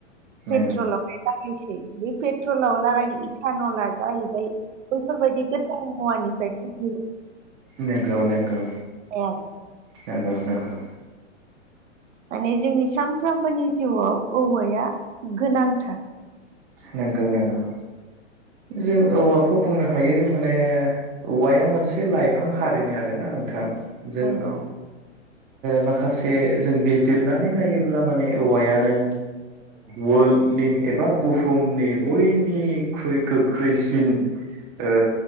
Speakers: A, on the right; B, on the right.
A: पेट्रलावहाय
B: नंगौ
A: रायलायनोसै बे पेट्रलाव रायलायनाय इटानला जाहैबाय बैफोरबायदि गोथान मुवानिफ्राय फयो।
B: नंगौ नंगौ
A: आरो
B: नंगौ नंगौ
A: माने जोंनि सानफ्रोमबोनि जिउआव औवाया गोनांथार
B: नंगौ नंगौ जों औवाखौ बुंनो हायो माने औवाया मोनसे लाइफां हारिनि आरोना नोंथां जों
A: नंगौ
B: माखासे जों बिजिरनानै नायोब्ला माने औवायानो वर्ल्डनि एबा बुहुमनि बयनिख्रुइ गोख्रैसिन ओ